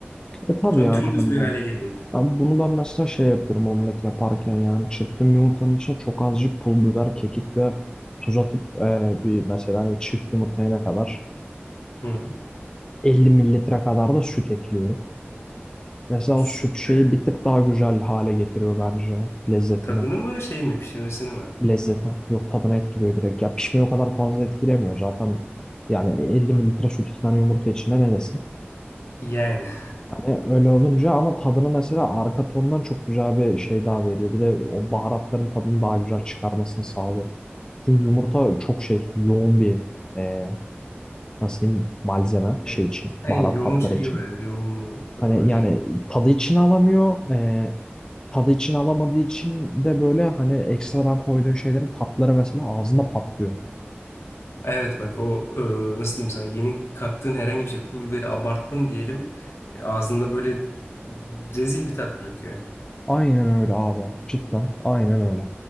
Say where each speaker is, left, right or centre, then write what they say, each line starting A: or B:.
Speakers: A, on the left; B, on the left.
A: E tabii
B: Sonra
A: yani
B: dümdüz
A: hani.
B: bir
A: ya.
B: hale geliyor.
A: Ama bunu ben mesela şey yapıyorum omlet yaparken yani çırptığım yumurtanın içine çok azıcık pul biber, kekik ve tuz atıp e, bir mesela hani çift yumurtayana kadar
B: Hı.
A: 50 mililitre kadar da süt ekliyorum. Mesela
B: O sütle
A: o süt şeyi bir tık daha güzel hale getiriyor bence lezzetini.
B: tadını mı şey mi pişirmesini mi?
A: Lezzetine. Yok tadını etkiliyor direkt. Ya pişmeyi o kadar fazla etkilemiyor zaten. Yani 50
B: Hı.
A: mililitre süt iki tane yumurta içinde ne desin?
B: Yani <laughs>
A: Hani öyle olunca ama tadını mesela arka tondan çok güzel bir şey daha veriyor. Bir de o baharatların tadını daha güzel çıkarmasını sağlıyor. Çünkü yumurta çok şey yoğun bir e, nasıl diyeyim malzeme şey
B: Evet.
A: için
B: en
A: baharat
B: yoğun
A: tatları
B: şeyi
A: için.
B: var. Evet, yoğun tadı
A: Hani
B: var.
A: yani tadı içine alamıyor. E, tadı içine alamadığı için de böyle hani ekstradan koyduğun şeylerin tatları mesela ağzında patlıyor.
B: Evet bak o e, nasıl diyeyim sana yeni kattığın herhangi bir şey pul biberi abarttın diyelim e, ağzında böyle rezil bir tat bırakıyor.
A: Aynen öyle abi. Cidden aynen öyle.